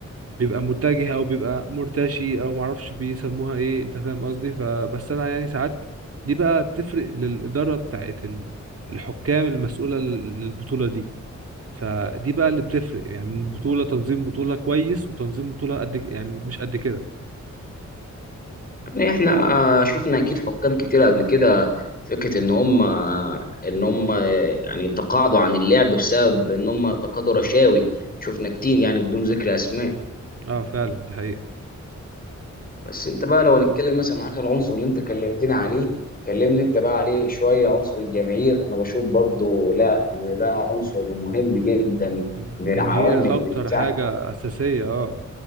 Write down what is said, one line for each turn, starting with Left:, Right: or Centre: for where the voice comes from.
Right: بيبقى متجه او بيبقى مرتشي او معرفش بيسموها ايه انت فاهم قصدي فبس انا يعني ساعات دي بقى بتفرق للاداره بتاعت ال- الحكام المسؤوله لل- للبطوله دي فدي بقى اللي بتفرق يعني بطوله تنظيم بطوله كويس وتنظيم بطوله قد يعني مش قد كده
Left: يعني احنا آه، شفنا اكيد حكام كتير قبل كده فكره ان هم ان هم يعني تقاعدوا عن اللعب بسبب ان هم تقاضوا رشاوي شفنا كتير يعني بدون ذكر اسماء
Right: اه فعلا دي حقيقه
Left: بس انت بقى لو هنتكلم مثلا عن اخر عنصر اللي انت كلمتني عليه كلمني انت بقى عليه شويه عنصر الجماهير انا بشوف برضو لا ان ده عنصر مهم جدا
Right: الجماهير
Left: من العوامل اللي
Right: اكتر
Left: بتساعد
Right: حاجه اساسيه اه